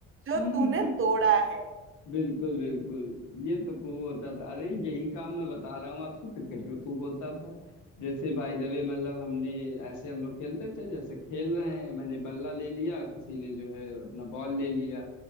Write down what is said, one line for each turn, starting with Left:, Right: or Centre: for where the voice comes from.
Right: जो
Left: <laughs>
Right: तूने तोड़ा है
Left: बिल्कुल बिल्कुल ये तो खूब होता था अरे यही काम मैं बता रहा हूँ आपको क्रिकेट में खूब होता था जैसे बाय द वे मतलब हमने ऐसे हम लोग खेलते थे जैसे खेल रहे हैं मैंने बल्ला ले लिया किसी ने जो है अपना बॉल ले लिया